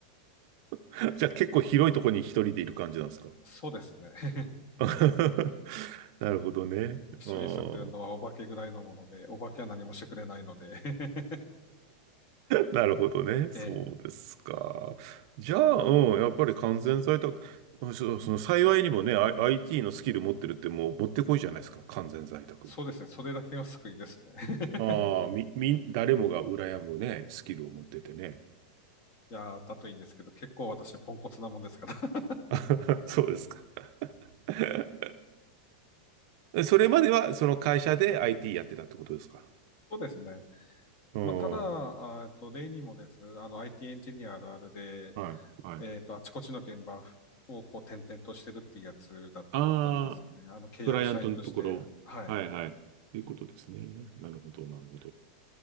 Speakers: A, on the right; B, on the left.
A: <laughs> じゃあ結構広いとこに一人でいる感じなんですか
B: <laughs> そうですね。<laughs>
A: <laughs> なるほどね。
B: 一緒に住んでるのはお化けぐらいのもので、
A: あー
B: お化けは何もしてくれないので、<laughs>
A: なるほどね。そうですか。
B: ええ
A: じゃあ、うん、やっぱり完全在宅、あそその幸いにもね、I- IT のスキル持ってるってもう持ってこいじゃないですか。完全在宅に。
B: そうですね。それだけが救いですね。<laughs>
A: ああ、み、み誰もが羨むね、スキルを持っててね。
B: いやー、だといいんですけど、結構私ポンコツなもんですから。<laughs>
A: <laughs> そうですか。<laughs> それまではその会社で IT やってたってことですか
B: そうですね。
A: うん。
B: まあ、ただ、
A: はい、
B: あーえっと、例にもです、あの、IT エンジニアあるあるで、
A: はい。
B: えっと、あちこちの現場をこう転々としてるっていうやつだったんですよね。
A: ああ、
B: あの、契約社員として。
A: クライアントのところ。
B: はい。
A: はい、はい。ということですね。なるほど、なるほど。